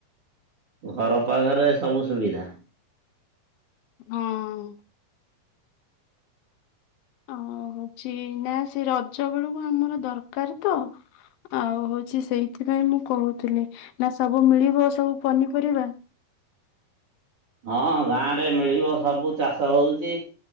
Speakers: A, on the right; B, on the left.
A: ଘର ପାଖରେ ସବୁ ସୁବିଧା।
B: ହଁ। ଓ ହଉଛି ନା ସେ ରଜ ବେଳକୁ ଆମର ଦରକାର ତ ଆଉ ହଉଛି ସେଇଥିପାଇଁ ମୁଁ କହୁଥିଲି ନା ସବୁ ମିଳିବ ସବୁ ପନିପରିବା
A: ହଁ ଗାଁ ରେ ମିଳିବ ସବୁ ଚାଷ ହଉଛି।